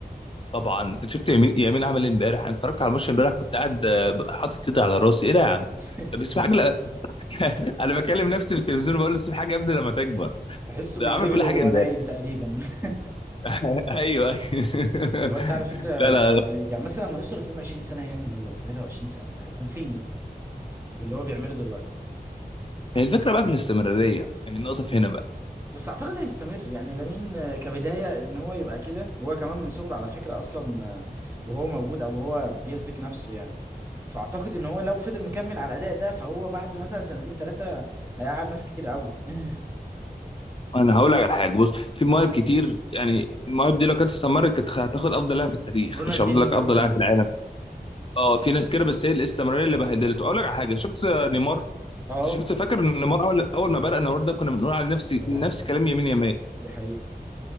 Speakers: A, on the left; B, on the right.
A: طبعا انت شفت يمين يمين عمل ايه امبارح انا اتفرجت على الماتش امبارح كنت قاعد آه، حاطط ايدي على راسي ايه ده يا عم
B: <laughs>
A: طب اسمع حاجه <laughs> انا بكلم نفسي في التلفزيون بقول لسه حاجه يا ابني لما تكبر
B: تحسه
A: ده
B: بيدربل
A: عمل كل
B: وهو
A: حاجه امبارح
B: نايم تقريبا <laughs>
A: <laughs> ايوه أيوة.
B: الواد
A: <laughs>
B: ده على فكرة يعني
A: لا لا
B: يعني مثلا لما يوصل 22 سنة هيعمل ايه ولا 23 سنة ده هيكون فين ده باللي هو بيعمله دلوقتي
A: هي الفكره بقى في الاستمراريه هي النقطه في هنا بقى
B: بس اعتقد هيستمر يعني لامين آه، كبدايه ان هو يبقى كده هو كمان من صغره على فكره اصلا آه، وهو موجود او هو بيثبت نفسه يعني فاعتقد ان هو لو فضل مكمل على الاداء ده فهو بعد مثلا سنتين ثلاثه هيقعد ناس كتير قوي <laughs>
A: انا هقول لك على حاجه بص في مواهب كتير يعني المواهب دي لو كانت استمرت كانت هتاخد افضل لاعب في التاريخ
B: رونالدينيو
A: مش هفضل لك
B: مثلا
A: افضل لاعب في العالم اه في ناس كده بس هي الاستمراريه اللي بهدلته اقول لك على حاجه شفت نيمار انت
B: اه
A: شفت فاكر إن نيمار اول اول ما بدا نيمار ده كنا بنقول على نفسي
B: يا لهوي
A: نفس كلام يمين يمال
B: دي حقيقه